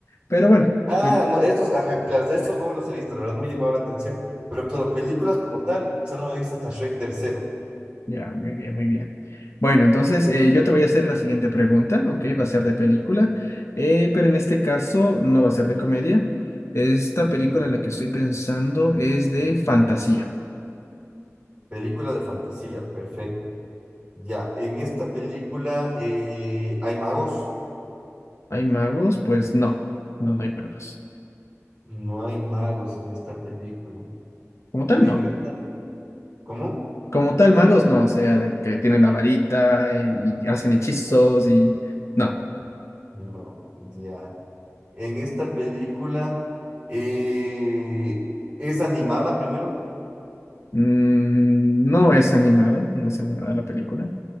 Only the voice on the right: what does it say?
Ah,
no, estos, ajá, claro, de estos no me los he visto, la verdad no me llamaba la atención. Pero claro, películas como tal, solo me he visto hasta Shrek tercero.
Película de fantasía, perfecto. Ya, en esta película eh, hay magos.
No hay magos en esta película.
En
esta- ¿cómo?
No, ya. En esta película eh, es animada primero.